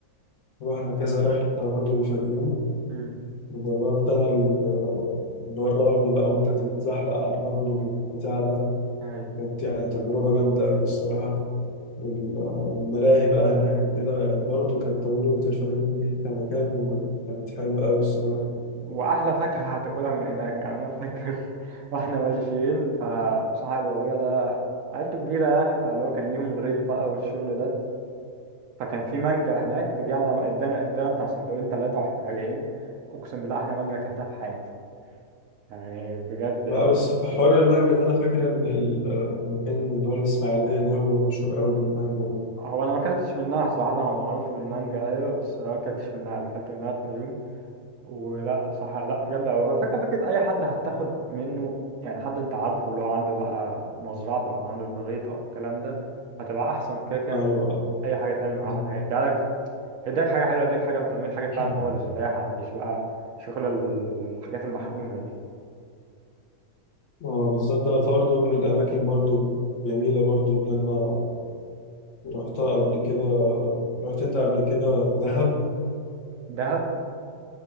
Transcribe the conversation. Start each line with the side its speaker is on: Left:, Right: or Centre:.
Left: رحنا كذا رحلة برضو للفيوم
Right: امم
Left: وجربت أنا ال- اللي هو الرمل بقى وأنت تتزحلق على الرمل والبتاع ده
Right: ايوه
Left: كانت يعني تجربة جامدة أوي الصراحة وال- والملاهي بقى هناك وكده يعني برضو كانت تجربة الفيوم دي كمكان وكانت حلوة أوي الصراحة
Right: واحلى فاكهة هتاكلها من هناك يعني انا فاكر <laughs> واحنا ماشيين فصاحب ابويا ده عيلته كبيرة يعني فاللي هو كان ليهم غيط بقى والشغل ده فكان في مانجا هناك رجعنا ادانا ادانا بتاع سندوتشين ثلاثة واحنا راجعين اقسم بالله احلى مانجا اكلتها في حياتي يعني بجد
Left: لا
Right: لا
Left: بس في حوار المانجا ده أنا فاكر إن ال- المكان اللي هو الإسماعيلية ده هو المشهور أوي بالمانجا
Right: هو انا ما اكلتش منها صراحه هو معروف بالمانجا ايوه بس انا ما اكلتش منها اللي اكلت منها الفيوم ولا صح لا جامده قوي هو الفكره فكره اي حد هتاخد منه يعني حد انت عارفه اللي هو عنده بقى مزرعته او عنده البغيط او الكلام ده هتبقى احسن كده كده
Left: أيوه
Right: من اي حاجه تانية هو
Left: أيوه.
Right: هيديها لك هيديك حاجه حلوه هيديك حاجه بضمير حاجه فعلا
Left: <laughs>
Right: هو اللي زارعها مش بقى شغل الحاجات المحقونه دي
Left: اه بالظبط انا برضه من الاماكن برضه الجميله برضه اللي انا رحتها قبل كده رحت انت قبل كده دهب
Right: دهب